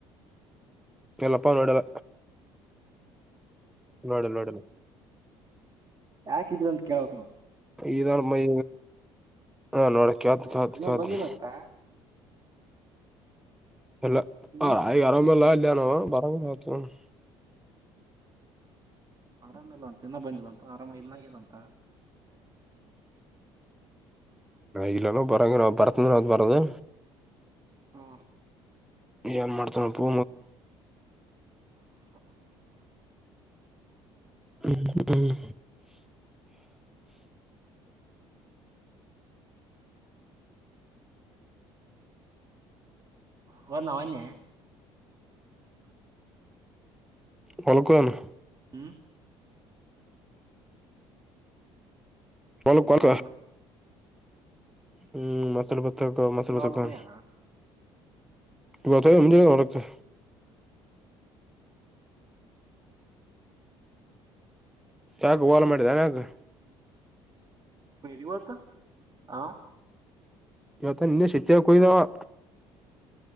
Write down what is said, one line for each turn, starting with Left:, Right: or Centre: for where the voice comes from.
Centre: ಎಲ್ಲಪ್ಪ ನೋಡಲ್ಲ ನೋಡಲ್ಲ ನೋಡಲ್ಲ
Right: ಯಾಕಿದೀರ ಅಂತ ಕೇಳ್ಬಕ್ ನಾವವು
Centre: ಇದ ಮೈ ಹ ನೋಡ ಕೇಳಿತಿ
Right: ಹ
Centre: ಕೇಳಿತಿಕೇಳುತಿ
Right: ಇನ್ನೊ ಬಂದಿಲ್ಲ ಅಂತ
Centre: ಎಲ್ಲ
Right: ಹ್ಮ್
Centre: ಆ ಆ ಆರಾಮಿಲ್ಲ ಬರೋಣ ತಕೋರಿ
Right: ಆರಾಮ ಇಲ್ಲ ಅಂತ ಇನ್ನ ಬಂದಿಲ್ಲ ಅಂತ ಆರಾಮ ಇಲ್ನಂಗಲ್ಲ ಅಂತ
Centre: ಇಗಲ್ಲಲ್ಲ ಬರಂಗ ನಾವ ಬರ್ತಂದ್ರ ಅವದ ಬರದು
Right: ಹ್ಮ
Centre: ಏನ್ ಮಾಡ್ತಾನಪ್ಪೂ
Right: <inaudible>
Centre: ಹ್ಮ್ ಹ್ಮ್
Right: ಹೋದ್ನ ಮೊನ್ನೆ
Centre: ಹೊಲಕ್ಕೆ ಹೋಗನು
Right: ಹ್ಮ್
Centre: ಹೊಲ್ಕ
Right: ಹೊಲಕ್ಕೆ
Centre: ಹೊಲ್ಕ
Right: ಹೋಗ್ಯಾನು
Centre: ಹ್ಮ್ ಮಸಲ್ ಬತಕ ಮಸಲ್
Right: ಇನ್ನ
Centre: ಬಸ
Right: ಹೊಲಕ್
Centre: ಕಣೆ
Right: ಹೋಗ್ಯಾನ
Centre: ಇವತ್ತು ಏನು ಬಂದಿಲ್ಲ ಹೊರಕೆ ಯಾಕೆ ಹೋಗಳೇನು ಮಾಡಿದೀಯ ಯಾಕೆ
Right: ಇವತ್ತು ಹಾ
Centre: ಇವತ್ತು ಇನ್ನು ಹೋಗಿಲ್ಲ ಅವ